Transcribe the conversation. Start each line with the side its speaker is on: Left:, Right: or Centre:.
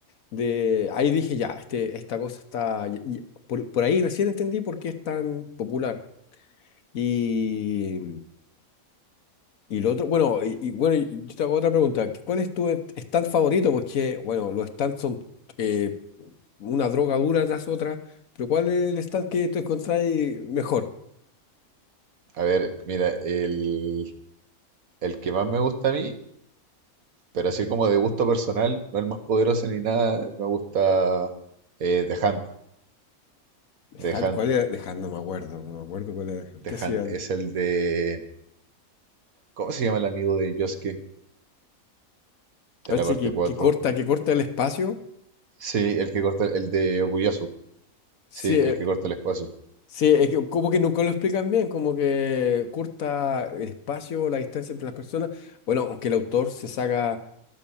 Left: de... Ahí dije, ya, este, esta cosa está... y- y por, por ahí recién entendí por qué es tan popular. Y... Y lo otro, bueno, y, y bueno, y- y yo te hago otra pregunta. ¿Qué- ¿Cuál es tu est- stand favorito? Porque, bueno, los stands son eh, una droga dura tras otra, pero ¿cuál es el stand que tú encontrás mejor?
Right: A ver, mira, el, el que más me gusta a mí, pero así como de gusto personal, no el más poderoso ni nada, me gusta eh, The Hunt.
Left: De
Right: The
Left: Hand,
Right: Hunt.
Left: ¿cuál era? De Hand no me acuerdo, no me acuerdo cuál era. de Hand.
Right: The
Left: ¿Qué hacía?
Right: Hunt
Left: él?
Right: es el de... ¿Cómo se llama el amigo de Yosuke? De
Left: Parece
Right: la parte
Left: que,
Right: cuatro
Left: que corta, que corta el espacio.
Right: Sí, el que corta, el de Okuyasu.
Left: Sí,
Right: Sí, el
Left: eh,
Right: que corta el espacio.
Left: sí, es que como que nunca lo explican bien, como que corta el espacio, la distancia entre las personas. Bueno, aunque el autor se saca.